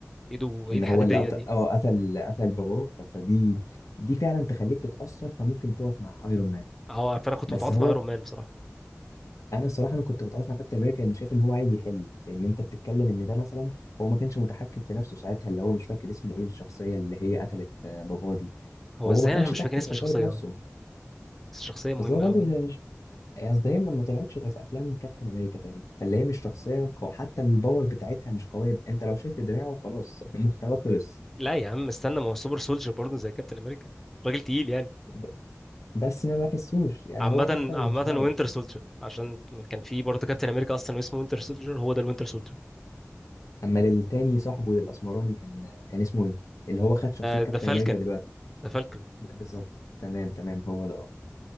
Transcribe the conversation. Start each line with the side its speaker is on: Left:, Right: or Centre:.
Centre: ايده ايد
Left: ان هو
Centre: حديديه
Left: اللي قتل
Centre: دي
Left: اه قتل قتل باباه ف- فدي دي فعلا تخليك تتاثر فممكن تقف مع ايرون مان
Centre: اه فانا كنت
Left: بس
Centre: متعاطف
Left: هو
Centre: مع ايرون مان بصراحه
Left: انا الصراحه انا كنت متعاطف مع كابتن امريكا لانه شايف ان هو عايز يحل لان انت بتتكلم ان ده مثلا هو ما كانش متحكم في نفسه ساعتها اللي هو مش فاكر اسمه ايه الشخصيه اللي هي قتلت آه، باباه دي
Centre: هو
Left: هو
Centre: ازاي
Left: ما كانش
Centre: انا مش
Left: تحت
Centre: فاكر اسم
Left: سيطرة
Centre: الشخصيه
Left: نفسه
Centre: بس الشخصيه مهمه
Left: بس هو برضه
Centre: قوي
Left: مش- اصل دايما ما طلعتش غير في افلام كابتن امريكا تقريبا فاللي هي مش شخصيه قو... حتى الباور بتاعتها مش قويه انت لو شلت دراعه خلاص <laughs> المحتوى خلص
Centre: لا يا عم استنى ما هو سوبر سولجر برضه زي كابتن امريكا راجل تقيل يعني
Left: ب... بس ما بحسوش يعني
Centre: عامة
Left: هو حتى
Centre: عامة
Left: مش عارف
Centre: وينتر سولجر عشان كان في برضه كابتن امريكا اصلا واسمه وينتر سولجر هو ده الوينتر سولجر
Left: اما للتاني صاحبه للاسمراني كان كان اسمه ايه اللي هو خد شخصيه كابتن
Centre: ذا فالكن
Left: امريكا دلوقتي
Centre: ذا فالكن
Left: بالظبط تمام تمام هو ده اه